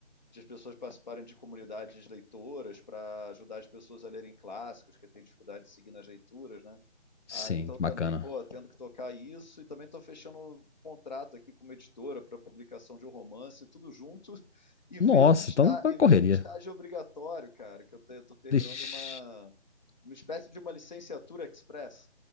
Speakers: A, on the left; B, on the left.
A: de as pessoas participarem de comunidades leitoras para ajudar as pessoas a lerem clássicos, que têm dificuldade de seguir nas leituras, né? Ah,
B: sim,
A: então
B: que
A: também,
B: bacana.
A: pô, tendo que tocar isso e também estou fechando um contrato aqui com uma editora para publicação de um romance, tudo junto <laughs> e vendo
B: Nossa,
A: está
B: então, uma
A: e
B: correria.
A: vendo estágio obrigatório, cara, que eu estou terminando
B: Ixi.
A: uma uma espécie de uma licenciatura express.